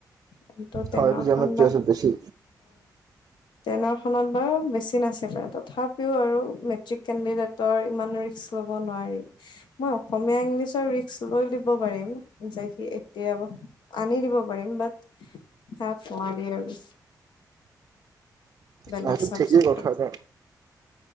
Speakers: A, on the left (about 85°); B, on the right (about 50°).
A: কিন্তু
B: হয়
A: টেনৰখন
B: এইটো জেমেট্ৰি আছিল বেছি।
A: টেনৰ খনত বাৰু বেছি নাছিলে। তথাপিও আৰু মেট্ৰিক কেণ্ডিডেটৰ ইমান ৰিক্স ল'ব নোৱাৰি। মই অসম মীয়া, ইংলিছৰ ৰিক্স লৈ দিব পাৰিম। যে সি এতিয়াও আনি দিব পাৰিম। বাট তাক নোৱাৰি আৰু। বেলেগ
B: সেইটো
A: চাবজেক্টত
B: ঠিকেই কথা দে।